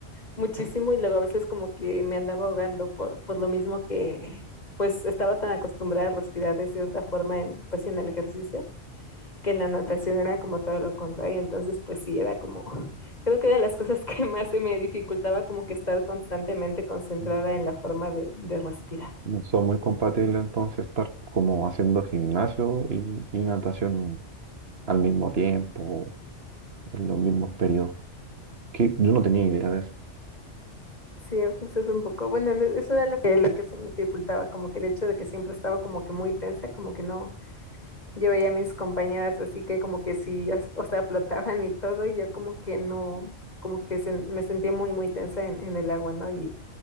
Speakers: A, on the left; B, on the right.
A: muchísimo y luego a veces como que me andaba ahogando por, por lo mismo que pues estaba tan acostumbrada a respirar de cierta forma en, pues, en el ejercicio que en la natación era como todo lo contrario, entonces pues sí, era como, <laughs> creo que era de las cosas que más se me dificultaba como que estar constantemente concentrada
B: Mm.
A: en la forma de, de respirar.
B: no son muy compatibles entonces estar como haciendo gimnasio y, y natación al mismo tiempo, en los mismos periodos. Que yo no tenía idea de eso.
A: Sí, a veces es un poco, bueno, eso era lo que, lo que se me dificultaba, como que el hecho de que siempre estaba como que muy tensa, como que no, yo veía a mis compañeras así que como que sí, o sea, flotaban y todo, y yo como que no, como que se, me sentía muy, muy tensa en, en el agua, ¿no? Y,